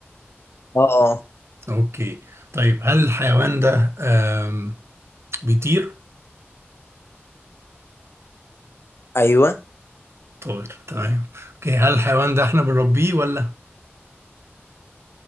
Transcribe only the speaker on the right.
اوكي طيب هل الحيوان ده آم... بيطير؟
طائر تمام اوكي هل الحيوان ده احنا بنربيه ولا؟